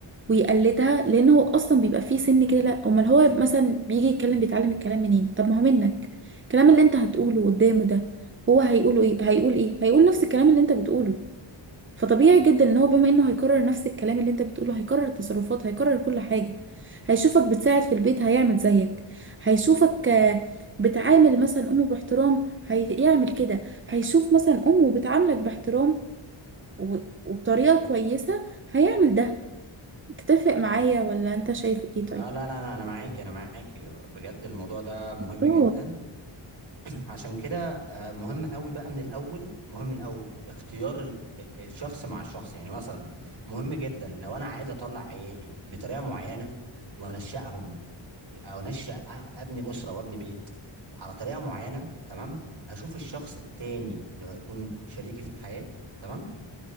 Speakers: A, on the right; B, on the right.
A: ويقلدها لان هو اصلا بيبقى فيه سن كده لأ امال هو مثلا بيجي يتكلم بيتعلم الكلام منين طب ما هو منك الكلام اللي انت هتقوله قدامه ده هو هيقوله ايه هيقول ايه هيقول نفس الكلام اللي انت بتقوله فطبيعي جدا ان هو بما انه هيكرر نفس الكلام اللي انت بتقوله هيكرر التصرفات هيكرر كل حاجة هيشوفك بتساعد في البيت هيعمل زيك هيشوفك آه، بتعامل مثلا امه باحترام هيعمل كده هيشوف مثلا امه بتعاملك باحترام و- وبطريقة كويسة هيعمل ده تتفق معايا ولا انت شايف ايه طيب
B: اه لا لا لا انا معاكي انا معاكي بجد الموضوع ده مهم
A: اه
B: جدا عشان كده آه، مهم قوي بقى من الاول مهم من الاول اختيار ال- ال- الشخص مع الشخص يعني مثلا مهم جدا لو انا عايز اطلع عيالي بطريقه معينه وانشأهم او انشأ ابني اسره وابني بيت على طريقه معينه تمام اشوف الشخص التاني اللي هو هيكون شريكي في الحياه تمام